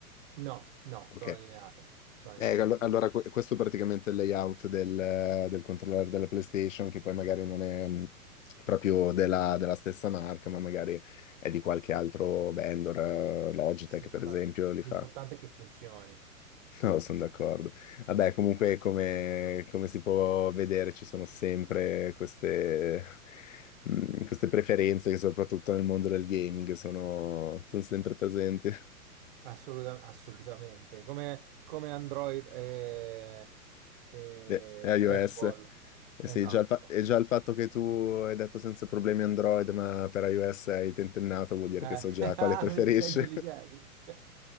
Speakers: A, on the right; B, on the left.
A: No, no,
B: Ok.
A: sono allineate. Sono allineate,
B: Eh, allo-
A: sì.
B: allora, que- questo è praticamente il layout del, del controller della PlayStation, che poi magari non è... mh, proprio della, della stessa marca, ma magari è di qualche altro vendor, eh, Logitech
A: Sì,
B: per
A: ma ta-
B: esempio, li
A: l'importante
B: fa.
A: è che funzioni.
B: No, sono d'accordo. Vabbè,
A: Sì.
B: comunque, come, come si può vedere, ci sono sempre queste, mm, queste preferenze che soprattutto nel mondo del gaming sono, sono sempre presenti.
A: Assoluta- assolutamente. Come, come Android e, e
B: E, e iOS.
A: Apple.
B: E
A: Esatto.
B: sì, già il, fa- e già il fatto che tu hai detto senza problemi Android, ma per iOS hai tentennato, vuol dire
A: Eh,
B: che so già
A: <laughs>
B: quale preferisci.
A: vedi, sei intelligente. <laughs>